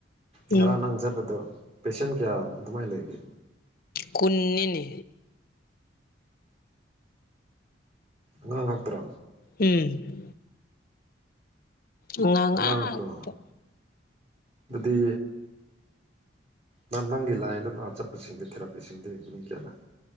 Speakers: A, on the right; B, on the left.
A: ꯉꯔꯥꯡ
B: ꯎꯝ
A: ꯅꯪ ꯆꯠꯕꯗꯣ ꯄꯦꯁꯦꯟ ꯀꯌꯥꯃꯨ ꯑꯗꯨꯃꯥꯏꯅ ꯂꯩꯒꯦ
B: ꯀꯨꯟꯅꯤꯅꯦ
A: ꯉꯥꯡ ꯉꯥꯛꯠꯇ꯭ꯔꯣ
B: ꯎꯝ ꯑꯉꯥꯡ ꯉꯥꯛꯇ
A: ꯉꯥꯡ ꯀ ꯑꯗꯨꯗꯤ ꯅ ꯅꯪꯒꯤ ꯂꯥꯏꯟꯗ ꯅ ꯆꯠꯄꯁꯤꯡꯗꯤ ꯊꯦꯔꯥꯄꯤꯁꯤꯡꯗꯤ ꯃꯤ ꯀꯌꯥꯂ